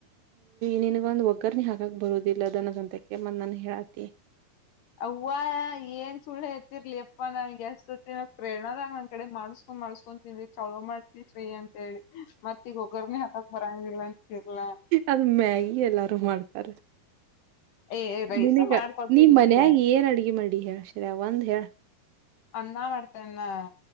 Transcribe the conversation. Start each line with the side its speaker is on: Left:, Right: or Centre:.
Right: ನಿನಗ ಒಂದು ಒಗ್ಗರ್ಣಿ ಹಾಕಕ್ ಬರುದಿಲ್ಲದನ್ನ ಸಂತಕ್ಕೆ ಮ ನನಗ್ ಹೇಳಾತಿ.
Left: ಅವ್ವ ಏನ್ ಸುಳ್ಳೆತಿರ್ಲಿ ಅಪ್ಪಾ ನಾ ಎಸ್ಸತಿ ನಾ ಪ್ರೇರಣದಾಗ ನನ್ ಕಡೆ ಮಾಡಿಸ್ ಮಾಡ್ಸ್ಕೊಂಡ್ ತಿಂದ್ವಿ ಚಲೋ ಮಾಡ್ತಿ ಶ್ರೇಯ ಅಂತೇಳಿ. ಮತ್ತೆ ಈಗ ಒಗ್ಗರ್ಣೆ ಹಾಕಕ್ ಬರಂಗಿಲ್ಲ ಅಂತೀರ್ಲಾ.
Right: ಅದು ಮ್ಯಾಗಿ ಎಲ್ಲಾರು ಮಾಡ್ತಾರ.
Left: ಏ ರೈಸ
Right: ನಿನಗ
Left: ಮಾಡ್ಕೊಡ್ತೀನಿ
Right: ನೀ ಮನ್ಯಾಗ್
Left: ಇಲ್ಲ
Right: ಏನ್ ಅಡಿಗಿ ಮಾಡಿ ಹೇಳ್ ಶ್ರೇಯ ಒಂದ್ ಹೇಳ?
Left: ಅನ್ನ ಮಾಡ್ತೇನ ನಾ.